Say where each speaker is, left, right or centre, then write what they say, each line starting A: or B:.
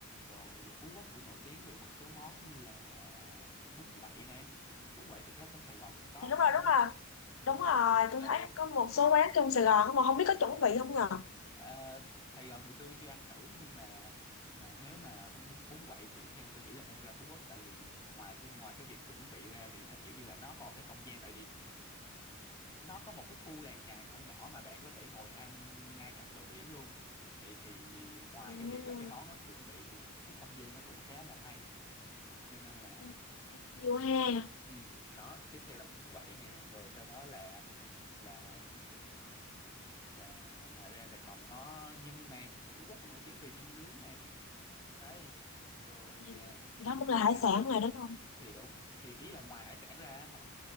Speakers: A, on the left; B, on the left.
A: rồi Phú Quốc cũng nổi tiếng về một số món như là bún quậy này bún quậy thực ra trong Sài Gòn cũng có
B: À, đúng rồi
A: nhưng
B: đúng rồi
A: đúng
B: đúng rồi tôi
A: ừ
B: thấy có một số quán trong Sài Gòn mà không biết có chuẩn bị không nhờ
A: Ờ, Sài Gòn thì tôi chưa ăn thử nhưng mà mà nếu mà bún bún quậy thì theo tôi nghĩ là nên ra Phú Quốc tại vì ngoài cái ngoài cái việc chuẩn bị ra thì nó kiểu như là nó còn cái không gian tại vì nó có một cái khu làng chài nhỏ nhỏ mà bạn có thể ngồi ăn ngay cạnh bờ biển luôn thì thì ngoài
B: ừ.
A: cái việc là cái món nó chuẩn bị thì cái không gian nó cũng khá là hay cho nên là
B: ừ. nhiều
A: là
B: ha
A: ừ đó tiếp theo là bún quậy ha rồi sau đó là là là ngoài ra là còn có nhum này Phú Quốc cũng nổi tiếng về nhum nướng này đấy rồi
B: Thì
A: à, nấm
B: đó cũng là
A: tràm
B: hải sản rồi đúng không?
A: thì đúng thì ý là ngoài hải sản ra á hả